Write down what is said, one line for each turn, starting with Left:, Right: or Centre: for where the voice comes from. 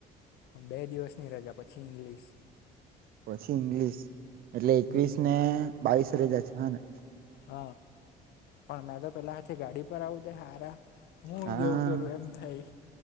Left: હુમમ બે દિવસની રજા પછી ઇંગ્લિશ
Right: પછી ઇંગ્લિશ એટલે એકવીસ
Left: હમ
Right: ને બાવીસ ફરે જાય છે હ ને
Left: હ પણ મેં તો પેલા હાથે ગાડી પર આવું દે હારા હું
Right: હઅઅ
Left: જેવું કરું એમ થાય